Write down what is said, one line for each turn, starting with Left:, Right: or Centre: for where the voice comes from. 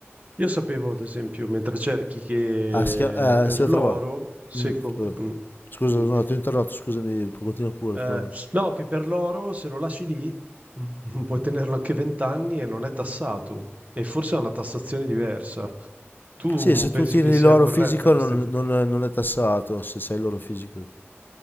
Right: Io sapevo, ad esempio, mentre cerchi che
Left: ah, si chiama,
Right: per
Left: eh, si lo
Right: l'oro,
Left: trova.
Right: se
Left: Mm,
Right: comp- mm,
Left: scusa,
Right: dimmi.
Left: no, ti ho interrotto, scusami, continua pure.
Right: Eh,
Left: te lo-
Right: no, che per l'oro se lo lasci lì <laughs> mm, puoi tenerlo anche 20 anni e non è tassato. E forse ha una tassazione diversa. Tu
Left: Sì, se
Right: pensi
Left: tu tieni
Right: che sia
Left: l'oro
Right: corretta
Left: fisico
Right: questa
Left: non,
Right: inf
Left: non- non è tassato, se sai l'oro fisico.